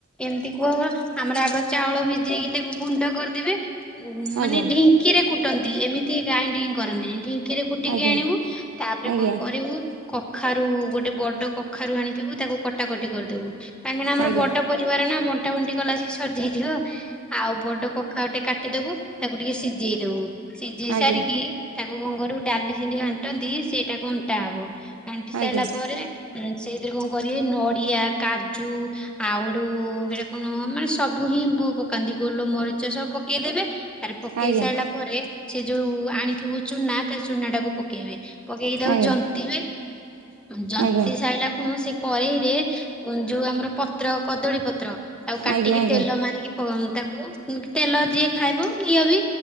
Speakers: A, in the centre; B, on the right.
A: ଏମିତି କୁହ ଆମର ଆଗ ଚାଉଳ ଭିଜେଇକି ତାକୁ ଗୁଣ୍ଡ କରିଦେବେ। ଉ
B: ଆଜ୍ଞା
A: ମାନେ ଢିଙ୍କିରେ କୁଟନ୍ତି ଏମିତି ଗାଇନଡିଙ୍ଗ କରନ୍ତିନି। ଢିଙ୍କିରେ କୁଟିକି
B: ଆଜ୍ଞା
A: ଆଣିବୁ। ତାପରେ
B: ଆଜ୍ଞା
A: କଣ କରିବୁ କଖାରୁ ଗୋଟେ ବଡ କଖାରୁ ଆଣିଥିବୁ ତାକୁ କଟାକଟି କରିଦେବୁ କାହିଁକିନା ଆମର
B: ଆଜ୍ଞା
A: ବଡ ପରିବାର ନା ବଣ୍ଟା ବଣ୍ଟି କଲାଆଳୁକୁ ସେ ସରିଯାଇଥିବ। ଆଉ ବଡ କଖାରୁ ଟେ କାଟିଦବୁ ତାକୁ ଟିକେ ସିଜେଇ ଦବୁ ସିଜେଇ
B: ଆଜ୍ଞା ଆଜ୍ଞା
A: ସାରିକି ତାକୁ କଣ କରିବୁ ଡାଲି ଯେମିତି ଘାଣ୍ଟନ୍ତି ସେଇଟା ଘଣ୍ଟା ହବ। ଘାଣ୍ଟି ସାଇଲା
B: ଆଜ୍ଞା ଆଜ୍ଞା
A: ପରେ ସେଇଥିରେ କଣ କରିବେ ନଡିଆ କାଜୁ ଆଉ ହେଟୁ ସେଇଟା କଣ ମାନେ ସବୁ ହିଁ ବୁ ପକାନ୍ତି ଗୋଲ ମରିଚ ସବୁ ପକେଇଦେବେ ଆରେ ପକେଇ
B: ଆଜ୍ଞା
A: ସାରିଲା ପରେ ସେ ଯୋଉ ଆଣିଥିବୁ ଚୁନା ତା ଚୁନା ଟାକୁ ପକେଇବେ ପକେଇକି ତାକୁ
B: ଆଜ୍ଞା
A: ଜନ୍ତିବେ। ଜନ୍ତିି
B: ଆଜ୍ଞା
A: ସାରିଲା କୁଣ ସେ କଳେଇ ରେ ଯୋଉ ଆମର ପତ୍ର କଦଳୀ ପତ୍ର ଆଉ କାଟିକି
B: ଆଜ୍ଞା ଆଜ୍ଞା
A: ତେଲ ମାରିକି ପ ତାକୁ ତେଲ ଯିଏ ଖାଇବ ଘିଅ ବି